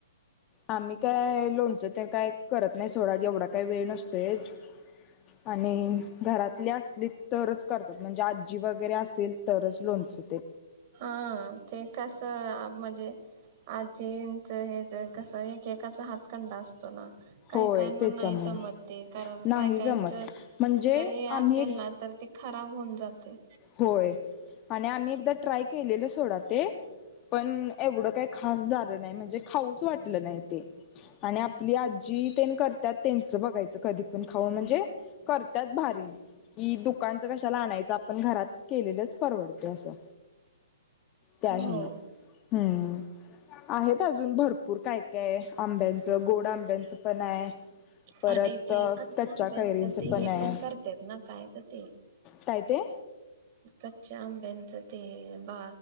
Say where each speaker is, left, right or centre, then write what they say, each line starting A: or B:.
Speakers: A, on the left; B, on the right.
A: आम्ही काय लोनचं ते काय करत नाय सोडा एवढा काय वेळ नसतोयच. आणि घरात आपली असली तरच करतात म्हणजे आजी वगैरे असेल तरच लोणच
B: हा ते कस म्हणजे आजीन ते हेज कसंय की एकेकाचा हातकंडा असतो ना. काही
A: होय
B: काहीना
A: त्याच्यामुळं
B: नाही जमत ते कारण
A: नाही
B: काही काहीच
A: जमत म्हणजे
B: जरी
A: आम्ही
B: असेल
A: एक
B: ना तर ते खराब होऊन जाते.
A: होय. आणि आम्ही एकदा ट्राय केलेलं सोडा ते पण एवढं काही खास झालं नाही. म्हणजे खाऊच वाटलं नाय ते आणि आपली आजी तेन करत्यात त्यांचं बघायचं कधी पण खाऊन म्हणजे करत्यात भारी की, दुकानच कशाला आणायचं आप पण घरात केलेलंच परवडतय असं. त्या
B: हो.
A: हेन हम्म आहेत अजून भरपूर काय काय आंब्यांचं गोड आंब्यांचं पण आहे. परत
B: आणि ते
A: कच्च्या
B: आंब्यांचं
A: कैरींचं
B: ते
A: पण
B: हे
A: आय.
B: करतात ना काय ग ते
A: काय ते?
B: कच्च्या आंब्यांचं ते बा